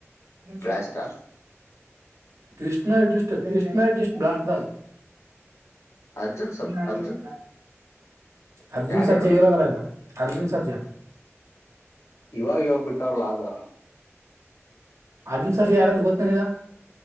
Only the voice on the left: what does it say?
ಬ್ಲಾಸ್ಟಾ
ಅರ್ಜುನ್ ಸರ್
ಅರ್ಜುನ್
ಯಾರ್
ಹೇಳು
ಇವಾಗ ಇವಾಗ ಬಿಟ್ಟಾರಲ ಆದ